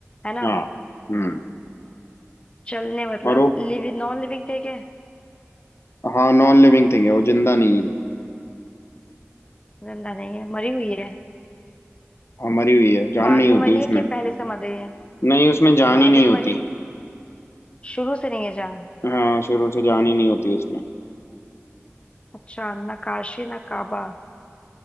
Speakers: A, on the left; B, on the left.
A: है ना
B: हाँ हम्म
A: चलने मतलब
B: और वो
A: लिविंग नॉन लिविंग थिंग है
B: हाँ नॉन लिविंग थिंग है वो जिंदा नहीं है
A: जिंदा नहीं है मरी हुई है
B: हाँ, मरी हुई है जान
A: बाद
B: नहीं
A: में
B: होती
A: मरी
B: उसमें
A: है कि पहले से मरी है
B: नहीं उसमें जान
A: बाद
B: ही नहीं
A: में
B: होती
A: मरी है शुरू से नहीं है जान
B: हाँ शुरू से जान ही नहीं होती उसमें
A: अच्छा नक्काशी नकाबा